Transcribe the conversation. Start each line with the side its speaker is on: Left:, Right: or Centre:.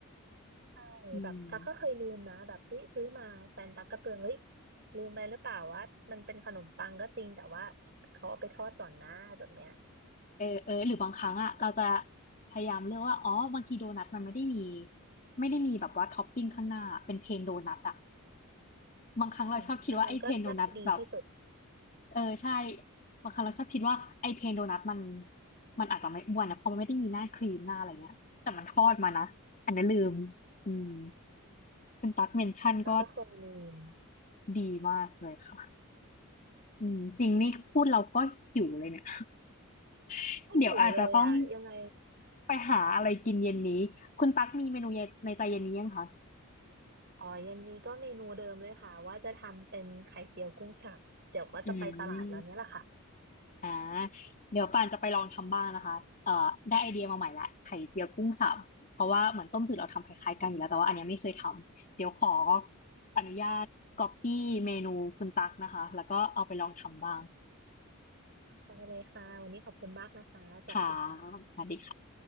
Right: ใช่แบบตักก็เคยลืมนะแบบเฮ้ยซื้อมาแฟนตักก็เตือนเฮ้ย
Left: อืม
Right: ลืมไปหรือเปล่าว่ามันเป็นขนมปังก็จริงแต่ว่าเขาเอาไปทอดก่อนนะแบบเนี้ย
Left: เออเออหรือบางครั้งอ่ะเราจะพยายามเลือกว่าอ๋อบางทีโดนัทมันไม่ได้มีไม่ได้มีแบบว่าท็อปปิ้งข้างหน้าเป็นเพนโดนัทอ่ะบางครั้งเราชอบคิดว่าไอ้เพนโดนัทแบบ
Right: อืมอันนั้นก็น่าจะดีที่สุด
Left: เออใช่บางครั้งเราชอบคิดว่าไอ้เพนโดนัทมันมันอาจจะไม่อ้วนนะเพราะมันไม่ได้มีหน้าครีมหน้าอะไรเงี้ยแต่มันทอดมานะอันนั้นลืมอืมคุณตั๊กเมนชั่นก็
Right: แต่ก็เคยลืม
Left: ดีมากเลยค่ะอืมจริงนี่พูดเราก็หิวเลยเนี่ย <laughs>
Right: ไม่หิวเลยอ่ะยังไง
Left: เดี๋ยวอาจจะต้องไปหาอะไรกินเย็นนี้คุณตั๊กมีเมนูเย็นในใจเย็นนี้ยังคะ
Right: อ๋อเย็นนี้ก็เมนูเดิมเลยค่ะว่าจะทำเป็นไข่เจียวกุ้งสับเดี๋ยวก็จะไปตลาดแล้วเนี้ยแหละค่ะ
Left: อืมอ่าเดี๋ยวป่านจะไปลองทำบ้างนะคะเอ่อได้ไอเดียมาใหม่ละไข่เจียวกุ้งสับเพราะว่าเหมือนต้มจืดเราทำคล้ายๆกันอยู่แล้วแต่ว่าอันเนี้ยไม่เคยทำเดี๋ยวขออนุญาตก๊อปปี้เมนูคุณตั๊กนะคะแล้วก็เอาไปลองทำบ้าง
Right: ได้เลยค่ะ วันนี้ขอบคุณมากนะคะ สวัสดีค่ะ
Left: ค่ะสวัสดีค่ะ